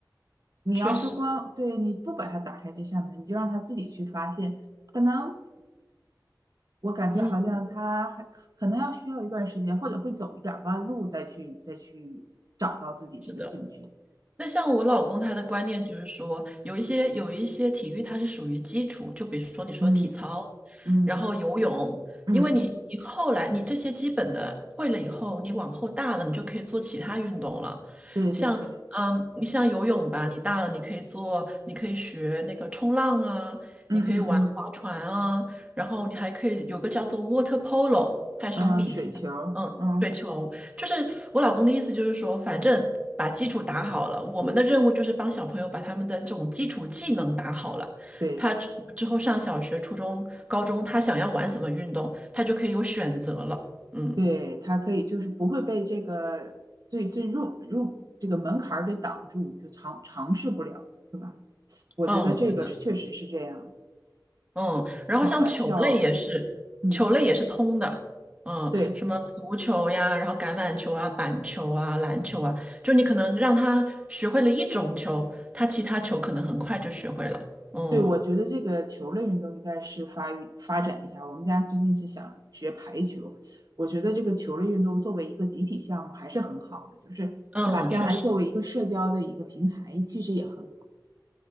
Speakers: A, on the right (about 55°); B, on the right (about 20°).
A: 你要是光对你不把他打开这扇门，
B: 确实，
A: 你就让他自己去发现，可能。我感觉好像他还可能要需要一段时间，
B: 嗯，
A: 或者会走一点弯路，再去再去找到自己这个兴趣。
B: 是的。那像我老公他的观念就是说，有一些有一些体育它是属于基础，就比如说你说体操，
A: 嗯嗯
B: 然后游泳，
A: 嗯，
B: 因为你你后来你这些基本的会了以后，你往后大了你就可以做其他运动了，
A: 对对对，
B: 像嗯，你像游泳吧，你大了你可以做，你可以学那个冲浪啊，
A: 嗯嗯嗯
B: 你可以玩划船啊，然后你还可以有个叫做 water polo，它也是种比赛，
A: 嗯，水球嗯，
B: 嗯，水球。就是我老公的意思，就是说，反正把基础打好了，我们的任务就是帮小朋友把他们的这种基础技能打好了。
A: 对
B: 他之之后上小学、初中、高中，他想要玩什么运动，他就可以有选择了。嗯
A: 对，他可以就是不会被这个最最入入这个门槛儿给挡住，就尝尝试不了，是吧？我觉得这个是确实是这样，
B: 嗯对的，嗯，然后像球类也是，
A: 跑啊跳啊的，嗯，
B: 球类也是通的。嗯，
A: 对。
B: 什么足球呀，然后橄榄球啊、板球啊、篮球啊，就你可能让他学会了一种球，他其他球可能很快就学会了。嗯
A: 对，我觉得这个球类运动应该是发育发展一下。我们家最近是想学排球，我觉得这个球类运动作为一个集体项目还是很好的，就是是吧？
B: 嗯，
A: 将来作为一个社交的一个平台，
B: 确实。
A: 其实也很好，